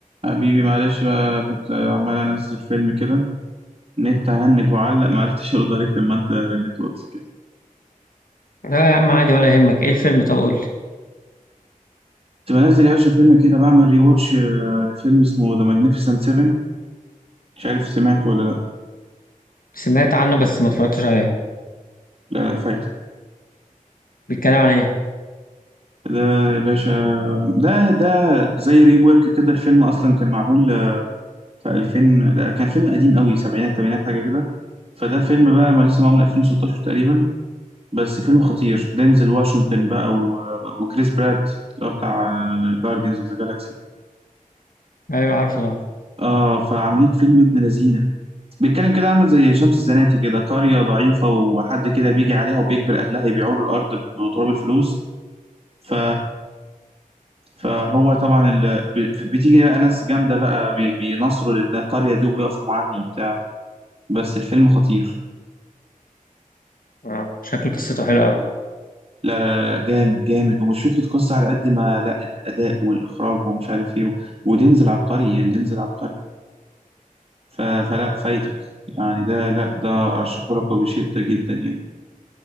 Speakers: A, on the right; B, on the left.
A: حبيبي معلش بقى كنت عمال انزل فيلم كده نت هنج وعلق معرفتش ارد عليك لما انت رنيت واتس كده
B: لا يا عم عادي ولا يهمك ايه الفيلم طب قول لي
A: كنت بنزل يا باشا فيلم كده بعمل ري واتش لفيلم اسمه ذا ماجنيفيسنت 7 مش عارف سمعت ولا لا
B: سمعت عنه بس ما اتفرجتش عليه
A: لا لا فايتك
B: بيتكلم عن ايه
A: ده يا باشا ده ده زي ري وورك كده الفيلم اصلا كان معمول آه، في 2000 لا كان فيلم قديم قوي سبعينات تمانينات حاجه كده فده فيلم بقى ما لسه معمول 2016 تقريبا بس فيلم خطير دينزل واشنطن بقى و... وكريس برات اللي هو بتاع جارديانز اوف ذا جالاكسي
B: ايوه عارفه طبعا
A: اه فعاملين فيلم ابن لذينه بيتكلم كده عامل زي شمس الزناتي كده قرية ضعيفة وحد كده بيجي عليها وبيجبر أهلها يبيعوا له الأرض بتراب الفلوس ف... فهو طبعا ال... بي- بتيجي بقى ناس جامدة بقى بي... بينصروا للقرية دي وبيقفوا معاهم وبتاع بس الفيلم خطير
B: آه، شكله قصته حلوه قوي
A: لا لا لا، جامد جامد ومش فكرة قصة على قد ما لا الأداء والإخراج ومش عارف إيه و- ودينزل عبقري يعني دينزل عبقري ف... فلا فايتك يعني ده لا ده أرشحه لك وبشدة جدا يعني